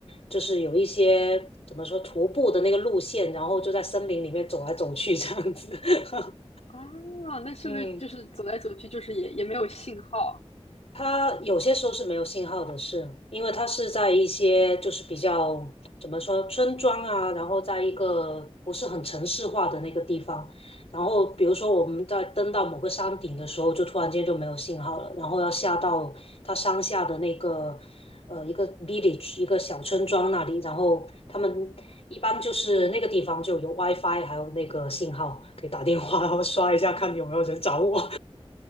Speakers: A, on the left (about 65°); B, on the left (about 85°).
A: 就是有一些怎么说徒步的那个路线，然后就在森林里面走来走去这样子，<laughs>
B: 啊，那是不是就是走来走去，
A: 嗯。
B: 就是也也没有信号？
A: 它有些时候是没有信号的是，因为它是在一些就是比较怎么说村庄啊，然后在一个不是很城市化的那个地方，然后比如说我们在登到某个山顶的时候，就突然间就没有信号了，然后要下到它山下的那个呃一个 village 一个小村庄那里，然后他们一般就是那个地方就有 WiFi，还有那个信号，可以打电话，然后刷一下看有没有人找我。
B: 啊